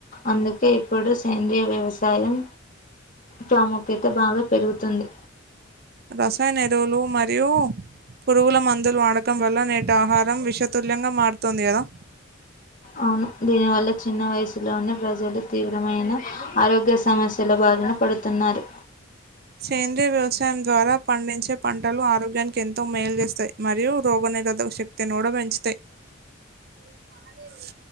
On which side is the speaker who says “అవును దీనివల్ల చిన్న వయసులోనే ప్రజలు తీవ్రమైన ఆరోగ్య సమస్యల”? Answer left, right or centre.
Left